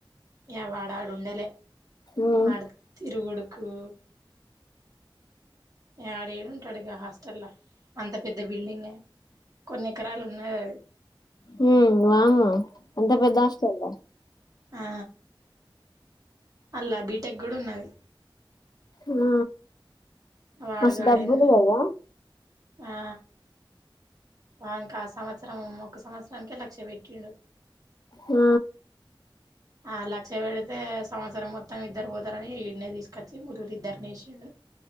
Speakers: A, on the right; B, on the left.
A: య వాడాడుండలే
B: ఉమ్
A: వాడు తిరుగుడుకు ఆడేడుంటాడుగా హాస్టల్ అంత పెద్ద బిల్డింగ కొన్ని ఎకరాలు ఉన్నాదీ అది
B: హ వామ్మో అంత పెద్ద హాస్టల
A: ఆ అల్లా బీటెక్ కూడా ఉన్నది
B: ఆ
A: వాడుగాడేందో
B: మస్ డబ్బులు కదా
A: ఆ వానికి సమాత్సారం త్సరం ఒక సంవత్సరాకే లక్ష పెట్టిండు
B: ఆ
A: ఆ లక్ష పెడితే సంవత్సరం మొత్తం ఇద్దరు బోతారని ఈడనే దీసుకొచ్చి ముదురుది ఇద్దరిని యేసిండు